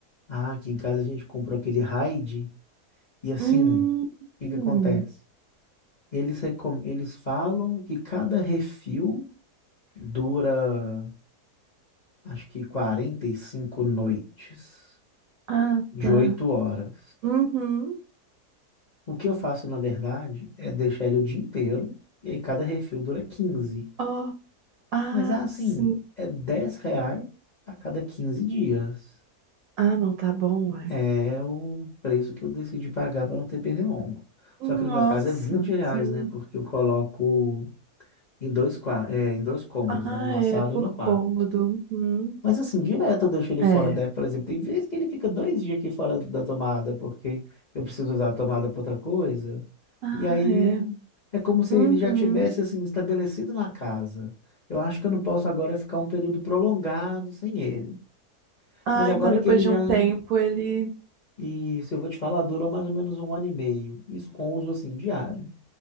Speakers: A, on the left; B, on the right.
A: Ah, aqui em casa a gente comprou aquele Raid e assim,
B: Hum.
A: o que
B: hum.
A: que acontece? Eles, recom- eles falam que cada refil dura, acho que 45 noites,
B: Ah,
A: de
B: tá.
A: 8 horas.
B: Uhum.
A: O que eu faço, na verdade, é deixar ele o dia inteiro, e aí cada refil dura 15.
B: Ó. Ah,
A: Mas é assim,
B: sim.
A: é 10 reais a cada 15 dias.
B: Ah, não, tá bom, ué.
A: É o preço que eu decidi pagar para não ter pernilongo.
B: Hum,
A: Só que no
B: Nossa,
A: meu caso é 20 reais,
B: sim.
A: né? Porque eu coloco em dois, qua- é, em dois cômodos,
B: Ah,
A: né? Um na
B: é
A: sala
B: por
A: e um no quarto.
B: cômodo. Uhum.
A: Mas assim, direto eu deixo ele
B: É.
A: fora da, por exemplo, tem vezes que ele fica dois dias aqui fora da tomada, porque eu preciso usar a tomada para outra coisa.
B: Ah,
A: E aí
B: é.
A: é como se
B: Uhum.
A: ele já tivesse assim estabelecido na casa. Eu acho que eu não posso agora ficar um período prolongado sem ele.
B: Ah,
A: Mas agora
B: então depois
A: que ele
B: de
A: já
B: um tempo ele
A: E se eu vou te falar, durou mais ou menos um ano e meio. Isso com uso assim diário.